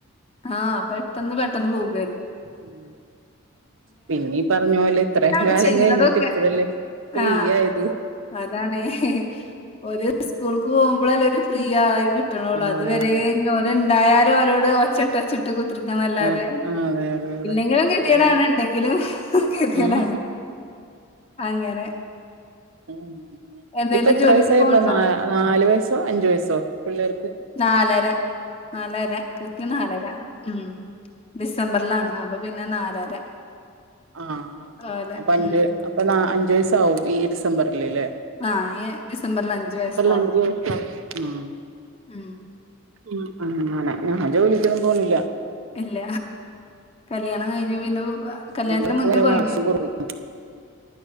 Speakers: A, on the left; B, on the right.
A: ആഹ് പെട്ടെന്ന് പെട്ടന്ന് പോകുകല്ലേ
B: ഉം പിന്നീ പറഞ്ഞ പോലെ ഇത്രയും
A: ആണ്
B: കാലം
A: ചെയ്യണതൊക്കെ
B: കഴിഞ്ഞിട്ട് ഇപ്പോഴല്ലേ ഫ്രീ
A: ആ
B: ആയത്
A: അതാണ് ഓര് സ്കൂൾക്ക് പോകുമ്പോളല്ലേ ഒരു ഫ്രീ ആയി കിട്ടണുള്ളൂ,
B: അതെ
A: അതുവരേം
B: അതെ
A: ഇ അന്തായാലും അവരോട് ഒച്ചയിട്ട് ഒച്ചയിട്ട് കുത്തിരിക്ക ല്ലാതെ,
B: ആഹ് അതെ അതെ അതെ
A: ഇല്ലെങ്കിലും ഗതികേടാണ്
B: ശരിയാ
A: ഉണ്ടെങ്കിലും ഗതികേടാണ്
B: ഉം
A: അങ്ങനെ
B: ഉം
A: എന്തേലും
B: ഇപ്പം എത്ര
A: ജോലിക്ക്
B: വയസായി,
A: പോവ്ണ്ടോ?
B: ഇപ്പം നാ നാലു വയസ്സോ അഞ്ചു വയസോ? പിള്ളേർക്ക്
A: നാലര നാലര കൃത്യം നാലര ഉം ഡിസംബറിലാണ് അപ്പൊ പിന്നെ നാലര
B: ആഹ് ആഹ്
A: ഓലെ
B: അപ്പൊ അഞ്ച്
A: ഉം.
B: അപ്പൊ നാ അഞ്ചു വയസ്സാവും ഈ ഡിസംബറില് ഇല്ലേ
A: ആഹ് ഈ ഡിസംബറില് അഞ്ച് വയസ്സാകും
B: അഞ്ച് വയസ്സാവും
A: ഉം
B: ഉം അങ്ങനെ ഞാൻ ജോലിക്കൊന്നും പോണില്ല
A: ഇല്ല കല്യാണം കഴിഞ്ഞേ പിന്നെ, കല്യാണത്തിന്
B: ഞങ്ങൾക്ക്
A: മുന്നേ
B: വരെ
A: പോയിനിയോ
B: വാശി കുറവന്നു